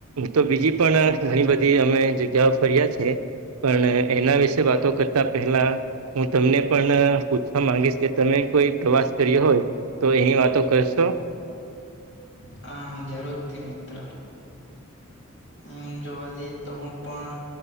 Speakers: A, on the right (about 85°); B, on the left (about 55°).
A: તો બીજી પણ ઘણી બધી અમે જગ્યાઓ ફર્યા છે. પણ એના વિશે વાતો કરતા પહેલા હું તમને પણ પૂછવા માંગીશ કે તમે કોઈ પ્રવાસ કર્યો હોય તો એની વાતો કરશો?
B: હા હા જરૂરથી મિત્ર હમ જો હજી તો હું પણ